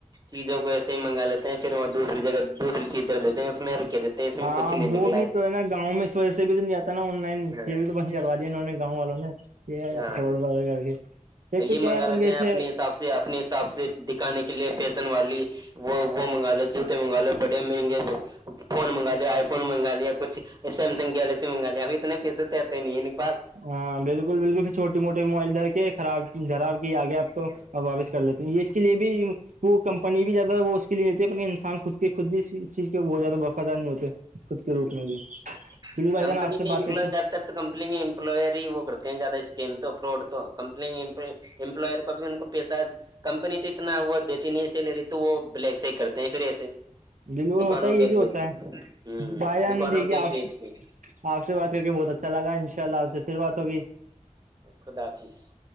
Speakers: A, on the right (about 30°); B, on the right (about 80°).
A: چیزوں کو ایسے ہی منگا لیتے ہیں پھر وہ دوسری جگہ دوسری چیز د دیتے ہیں اس میں اور رک دیتے ہیں اس میں
B: ہاں
A: کچھ نہیں
B: وہ
A: نکلا
B: بھی تو ہے نا گاؤں میں اس وجہ سے بھی تو نہیں آتا نا آن لائن
A: ہاں
B: پ بھی تو بند کروا دیا انہوں نے گاؤں والوں نے یہ
A: ہاں
B: اخروٹ بغ کر کے ایک تو
A: یہ
B: کیا
A: منگا
B: ہے اپن
A: لیتے
B: کیسے
A: ہیں اپنے حساب سے آپ اپنے حساب سے دکھانے کے لیے فیشن والی وہ وہ منگا لے جو منگا لے بڑے مہنگے فون منگا لیا آئی فون منگا لیا کچھ سیمسن گلیکسی پچم بنالی ابھی تونے پیسے توتے نہیں ہے ان پا
B: ہاں بالکل بالکل پھر چھوٹی موٹی موائل در کے خراب جراب کی آ گیا تو
A: ہوں
B: واپس کر لیتے ہیں یہ اس کے لیے بھی وہ کمپنی بھی زیادہ وہ اس کے لیے ہوتی اپنے انسان خود کے خود بھی چیز کے وہ زیادہ وفادار نہیں ہوتے خود کے روپ میں
A: ہوں
B: بھیو بھائی
A: کمپنی
B: جان آپ سے
A: کے امپلائی
B: بات کرتے
A: زیادہ تو کمپنی کے امپلائر ہی وہ کرتے ہیں زیادہ اسکیم تو فراڈ تو کمپنیم امپلائر کو بھی ان کو پیسہ کمپنی تو اتنا وہ دیتی نہیں سیلری تو وہ بلیک سے ہی کرتے ہیں پھر ایسے
B: بلور
A: دکانوں
B: ہوتا ہے یہ
A: بیچ
B: بھی ہوتا
A: بیچ کے
B: ہے
A: ہوں
B: بائی
A: دکانوں
B: دے کے
A: بیچ
B: آپ
A: بیچ
B: سے
A: کے
B: آپ سے بات کر کے بہت اچھا لگا ان شاء اللہ آپ سے پھر بات ہوگی
A: خدا حافظ